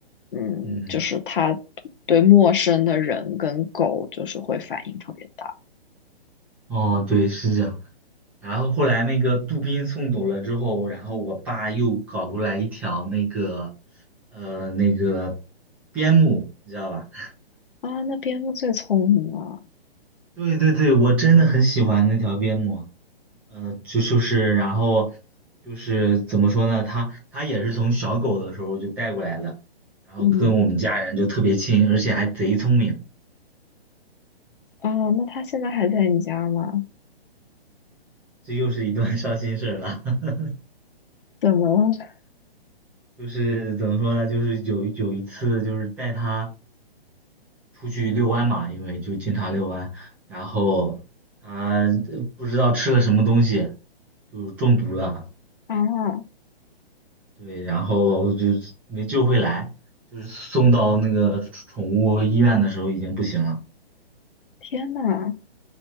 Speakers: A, on the left; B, in the centre.
A: 嗯，
B: 嗯，
A: 就是它对陌生的人跟狗就是会反应特别大
B: 哦，对，是这样。然后后来那个杜宾送走了之后，然后我爸又搞过来一条那个，呃，那个边牧，你知道吧？<laughs>
A: 啊。那边牧最聪明了，
B: 对对对，我真的很喜欢那条边牧，呃，就就是然后就是怎么说呢，它它也是从小狗的时候就带过来的，然后跟我们家人就特别亲，
A: 嗯
B: 而且还贼聪明，
A: 啊，那它现在还在你家吗？
B: 这又是一段伤心事儿了。<laughs>
A: 怎么了？
B: 就是怎么说呢？就是有有一次，就是带它出去遛弯嘛，因为就经常遛弯，然后它不知道吃了什么东西，就中毒了，
A: 啊，
B: 对，然后就没救回来，就是送到那个宠物医院的时候已经不行了，
A: 天呐，